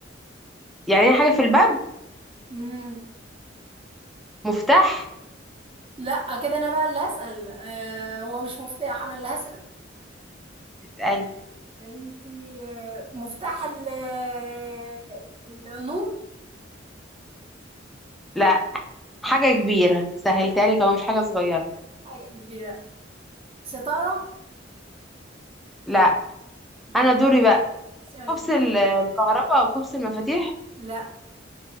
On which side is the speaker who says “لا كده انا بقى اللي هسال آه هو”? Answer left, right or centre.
Right